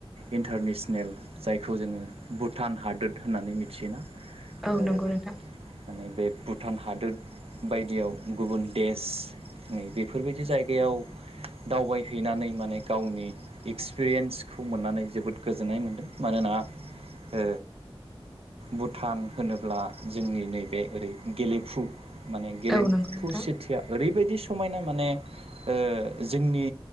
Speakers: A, on the right; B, in the centre.
A: इन्टारनेसनेल जायखौ जोङो भुटान हादोर होननानै मिथियोना।
B: औ
A: ओ
B: नंगौ नोंथां
A: माने बे भुटान हादोद बायदियाव गुबुन देश नै बेफोरबायदि जायगायाव दावबायहैनानै माने गावनि एक्सपिरियेन्सखौ मोननानै जोबोद गोजोननाय मोनदों मानोना ओ भुटान होनोब्ला जोंनि नैबे ओरै गेलेफु माने गेलेम्फु
B: औ नंगौ नोंथां
A: सिथिया ओरैबायदि समायना माने ओ जोंनि